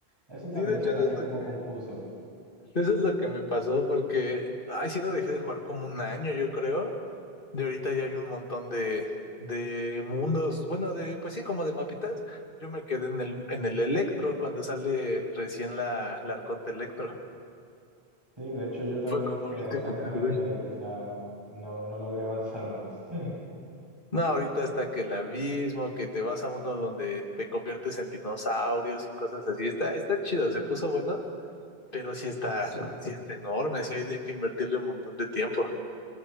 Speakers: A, on the right (about 25°); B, on the left (about 55°).
A: Eso también
B: Sí, de hecho
A: se me
B: eso
A: hace
B: es lo
A: como
B: que,
A: confuso.
B: eso es lo que me pasó porque, ay, sí lo dejé de jugar como un año, yo creo. De ahorita ya hay un montón de, de mundos, bueno, de, pues sí, como de mapitas. Yo me quedé en el, en el Electro cuando sale recién la, la Arconte Electro.
A: Sí, de hecho yo también
B: Fue como
A: me quedé
B: el último
A: exactamente
B: que jugué.
A: ahí, o sea, no, no logré avanzar más. <laughs>
B: No, ahorita está que el abismo, que te vas a uno donde te conviertes en dinosaurios y cosas así. Está, está chido, se puso bueno, pero sí está, sí está enorme, sí hay de que invertirle un montón de tiempo.